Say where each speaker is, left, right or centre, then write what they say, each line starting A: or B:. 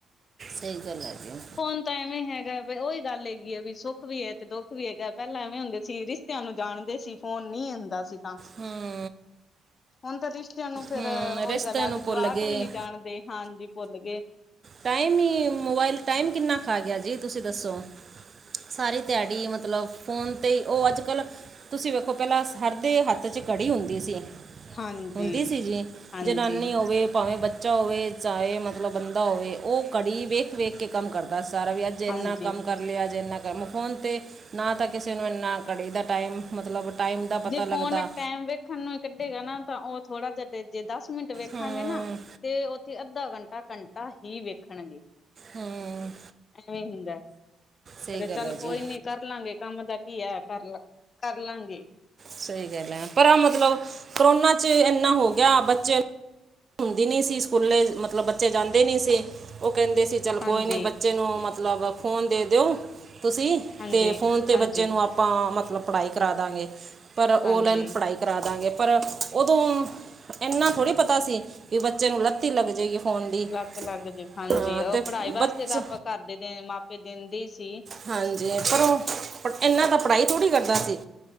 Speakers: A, on the right (about 40°); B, on the left (about 45°).
A: ਸਈ ਗੱਲ ਏ ਜੀ।
B: ਹੁਣ ਤਾਂ ਐਵੇਂ ਹੈਗਾ ਬ ਉਹੀ ਗੱਲ ਹੈਗੀ ਹੈ ਵੀ ਸੁੱਖ ਵੀ ਹੈ ਤੇ ਦੁੱਖ ਵੀ ਹੈਗਾ ਪੈਲਾਂ ਐਵੇਂ ਹੁੰਦੇ ਸੀ। ਤੁਾਨੂੰ ਜਾਣਦੇ ਸੀ ਫੋਨ ਨਈ ਹੁੰਦਾ ਸੀ ਤਾਂ
A: ਹੂੰ
B: ਹੁਣ ਤਾਂ ਰਿਸ਼ਤਿਆਂ ਨੂੰ ਫਿਰ
A: ਹੂੰ
B: ਓਹੀ
A: ਰਿਸ਼ਤੇ
B: ਗੱਲ
A: ਨੂੰ
B: ਜਵਾਕ
A: ਭੁੱਲ ਗਏ
B: ਵੀ ਨੀ ਜਾਣਦੇ ਹਾਂਜੀ ਭੁੱਲ ਗਏ।
A: ਟਾਈਮ ਈ ਮੋਬਾਇਲ ਟਾਈਮ ਕਿੰਨਾ ਖਾ ਗਿਆ ਜੀ ਤੁਸੀਂ ਦੱਸੋ। ਸਾਰੀ ਦਿਹਾੜੀ ਮਤਲਬ ਫੋਨ ਤੇ ਓ ਅੱਜ ਕੱਲ੍ਹ ਤੁਸੀਂ ਵੇਖੋ ਪੈਲਾਂ ਸਰਦੇ ਹੱਥ 'ਚ ਘੜੀ ਹੁੰਦੀ ਸੀ।
B: ਹਾਂਜੀ,
A: ਹੁੰਦੀ ਸੀ ਜੀ
B: ਹਾਂਜੀ,
A: ਜਨਾਨੀ ਹੋਵੇ ਭਾਵੇਂ ਬੱਚ ਬੱਚਾ ਹੋਵੇ ਚਾਹੇ ਮਤਲਬ ਬੰਦਾ ਹੋਵੇ ਓ ਘੜੀ ਵੇਖ-ਵੇਖ ਕੇ ਕੰਮ ਕਰਦਾ ਸਾਰਾ ਵੀ ਅੱਜ ਜੇ
B: ਹਾਂਜੀ।
A: ਇੰਨਾ ਕੰਮ ਕਰ ਲਿਆ ਜੇ ਇੰਨਾ ਕਰ ਮੈਂ ਫੋਨ 'ਤੇ ਨਾ ਤਾਂ ਕਿਸੇ ਨੂੰ ਇੰਨਾ ਘੜੀ ਦਾ ਟਾਈਮ ਮਤਲਬ ਟਾਈਮ ਦਾ ਪਤਾ
B: ਜੇ
A: ਲੱਗਦਾ
B: ਫੋਨ ਟੈਮ ਵੇਖਣ ਨੂੰ ਕੱਢੇਗਾ ਨਾ ਤਾਂ ਓ ਥੋੜਾ ਜਿਹਾ ਜੇ ਦੱਸ ਮਿੰਟ ਵੇਖਾਂਗੇ
A: ਹੂੰ
B: ਨਾ ਤੇ ਉੱਥੇ ਅੱਧਾ ਘੰਟਾ ਘੰਟਾ ਹੀ ਵੇਖਣਗੇ।
A: ਹੂੰ
B: ਐਵੇਂ ਹੁੰਦਾ।
A: ਸਈ
B: ਕਦੇ ਚੱਲ
A: ਗੱਲ ਹੈ
B: ਕੋਈ
A: ਜੀ।
B: ਨੀ ਕਰ ਲਾਂਗੇ ਕੰਮ ਦਾ ਕੀ ਹੈ ਕਰ-ਕਰ ਲਾਂਗੇ।
A: ਸਈ ਗੱਲ ਹੈ ਪਰ ਮਤਲਬ ਕਰੋਨਾ 'ਚ ਇੰਨਾ ਹੋ ਗਿਆ ਬੱਚੇ ਹੁੰਦੀ ਨੀ ਸੀ ਸਕੂਲੇ ਮਤਲਬ ਬੱਚੇ ਜਾਂਦੇ ਨੀ ਸੀ ਓ ਕੈਂਦੇ ਸੀ ਚੱਲ
B: ਹਾਂਜੀ
A: ਕੋਈ ਨੀ ਬੱਚੇ ਨੂੰ ਮਤਲਬ ਫੋਨ ਦੇ ਦਿਓ ਤੁਸੀਂ
B: ਹਾਂਜੀ
A: ਤੇ ਫੋਨ ਤੇ
B: ਹਾਂਜੀ
A: ਬੱਚੇ ਨੂੰ ਆਪ ਆਪਾਂ ਮਤਲਬ ਪੜ੍ਹਾਈ ਕਰਾ ਦਾਂਗੇ ਪਰ ਓਨਲਾਈਨ
B: ਹਾਂਜੀ
A: ਪੜ੍ਹਾਈ ਕਰਾ ਦਾਂਗੇ ਪਰ ਉਦੋਂ ਇੰਨਾ ਥੋੜ੍ਹੀ ਪਤਾ ਸੀ ਵੀ ਬੱਚੇ ਨੂੰ ਲੱਤ ਈ ਲੱਗ ਜਾਏਗੀ। ਫੋਨ ਦੀ
B: ਲਤ ਲੱਗ ਜਾਏ ਹਾਂਜੀ
A: ਹਾਂ
B: ਓ
A: ਤੇ
B: ਪੜ੍ਹਾਈ ਵਾਸਤੇ
A: ਬੱਚ
B: ਤਾਂ ਆਪਾਂ ਘਰ ਦੇ ਮਾਪੇ ਕੈਂਦੇ ਸੀ।
A: ਹਾਂਜੀ ਪਰ ਓ ਇਨਾਂ ਤਾਂ ਪੜ੍ਹਾਈ ਥੋੜ੍ਹੀ ਕਰਦਾ ਸੀ।